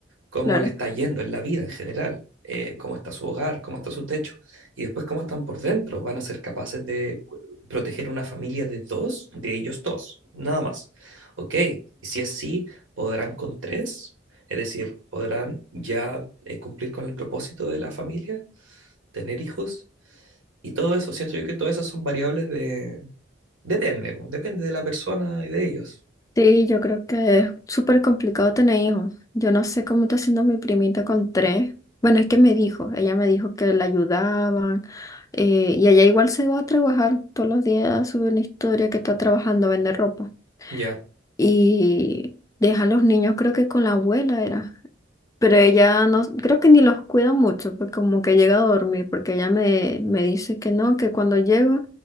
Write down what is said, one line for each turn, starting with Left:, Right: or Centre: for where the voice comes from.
Right: cómo
Left: claro.
Right: le está yendo en la vida en general, eh, cómo está su hogar, cómo está su techo, y después cómo están por dentro. Van a ser capaces de cu- proteger una familia de dos, de ellos dos, nada más. Ok, si es así, podrán con tres, es decir, podrán ya eh, cumplir con el propósito de la familia, tener hijos, y todo eso, siento yo que todas esas son variables de... Depende, po, depende de la persona y de ellos.
Left: Sí, yo creo que es súper complicado tener hijos. Yo no sé cómo está haciendo mi primita con tres. Bueno, es que me dijo, ella me dijo que la ayudaban. eh, y ella igual se va a trabajar todos los días, sube una historia que está trabajando, vende ropa.
Right: Ya,
Left: y deja a los niños creo que con la abuela era. Pero ella no, creo que ni los cuida mucho, porque como que llega a dormir, porque ella me, me dice que no, que cuando llego,